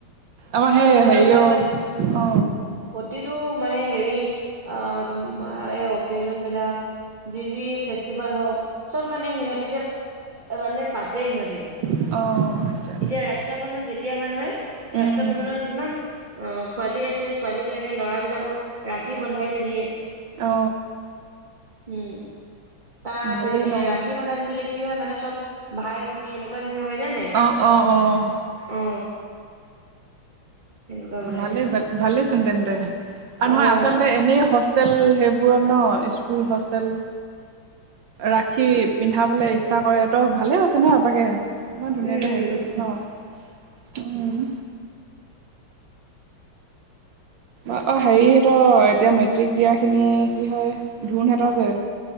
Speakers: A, on the right; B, on the right.
A: আমাৰ
B: আৰু
A: সেই
B: সিহঁতৰ
A: হেৰি
B: তাৰ
A: অ,
B: যে
A: অ,
B: প্ৰতিটো মানে হেৰি ত এই অকেজন বিলাক। যি যি ফেষ্টিভেল হওক চব মানে সিহঁতে যে মানে পাতে সিহঁতে।
A: অ, সেইটোৱে
B: এতিয়া ৰসাবন্ধন যেতিয়া হয় নহয়,
A: উম,
B: ৰাসাবন্ধনত
A: উম,
B: যিমান। ছোৱালী আছে ছোৱালীবিলাকে ল'ৰাবিলাকক ৰাখি বন্ধাই থৈ দিয়ে।
A: অ,
B: উম, তাত
A: ভালেই
B: তেনে
A: ন উম,
B: ৰাখী বনাই দিলে কি হয় মানে চব ভাই ভনী এনেকুৱা। না হয় জানে
A: অ', অ', অ',
B: অ, সেনেকুৱা বনাই
A: ভালেই
B: থৈ দিয়ে
A: ভাল ভালেচোন তেন্তে আৰু নহয়
B: অ'
A: আচলতে এনেই স হোষ্টেল সেইবোৰৰ ন, স্কুল হোষ্টেল। ৰাখি
B: উম
A: পিন্ধাবলে ইচ্ছা কৰে তো ভালে হৈছে নে সবাকে। ইমান ধুনীয়াকে
B: উম
A: হেৰি কৰি দিছে ন। উম, অ, হেৰি হহতৰ এতিয়া মেট্ৰিক দিয়া খিনি কি হয়, ধোন হঁতৰ যে।